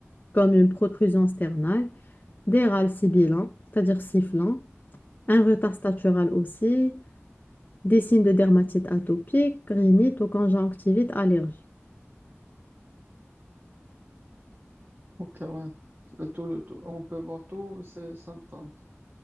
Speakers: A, on the left; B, on the right.
A: comme une protrusion sternale, des râles sibilants, c'est-à-dire sifflants, un retard statural aussi, des signes de dermatite atopique, rhinite ou conjonctivite allergique.
B: ok, ouais. Euh, tout- tout- on peut voir tous ces symptômes.